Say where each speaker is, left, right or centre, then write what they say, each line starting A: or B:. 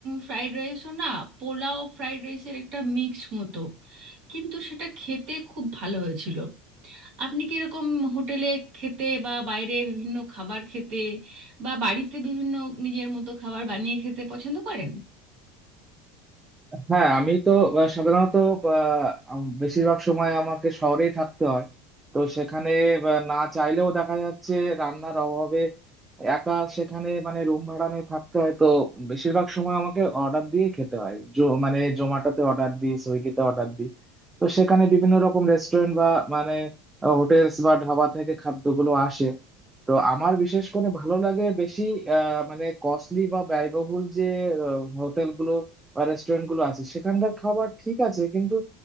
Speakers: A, on the right; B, on the right.
A: ফ্রাইড রাইসও না পোলাও ফ্রাইড রাইসের একটা মিক্সড মতো কিন্তু সেটা খেতে খুব ভালো হয়েছিল আপনি কি এরকম হোটেলে খেতে বা বাইরে বিভিন্ন খাবার খেতে বা বাড়িতে বিভিন্ন নিজের মতো খাবার বানিয়ে খেতে পছন্দ করেন
B: হ্যাঁ আমি তো আহ, সাধারণত আহ, আম- বেশিরভাগ সময় আমাকে শহরেই থাকতে হয় তো সেখানে আহ, না চাইলেও দেখা যাচ্ছে রান্নার অভাবে একা সেখানে মানে রুম ভাড়া নিয়ে থাকতে হয় তো বেশিরভাগ সময় আমাকে অর্ডার দিয়ে খেতে হয় জো- মানে জোম্যাটোতে অর্ডার দিই সুইগিতে অর্ডার দিই তো সেখানে বিভিন্ন রকম রেস্টুরেন্ট বা মানে হোটেলস বা ধাবা থেকে খাদ্যগুলো আসে তো আমার বিশেষ করে ভালো লাগে বেশি আহ, মানে কস্টলি বা ব্যয়বহুল যে হোটেল গুলো বা রেস্টুরেন্ট গুলো আছে সেখানকার খাবার ঠিক আছে কিন্তু